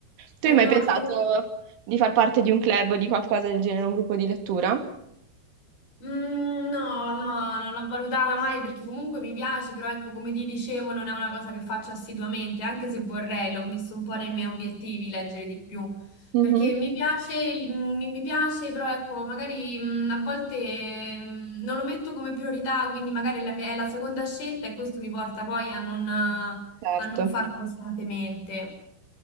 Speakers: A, on the right; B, on the left.
A: Tu
B: Eh
A: hai mai
B: no,
A: pensato
B: perché poi
A: di far parte di un club o di qualcosa del genere, un gruppo di lettura?
B: Mm, no, no, non l'ho valutata mai perché comunque mi piace, però ecco, come ti dicevo, non è una cosa che faccio assiduamente, anche se vorrei, l'ho messo un po' nei miei obiettivi leggere di più,
A: Mhm.
B: perché mi piace, il- mi, mi piace, però ecco, magari mm, a volte mm, non lo metto come priorità, quindi magari è la mia- è la seconda scelta e questo mi porta poi a non, a
A: Certo,
B: non farlo costantemente,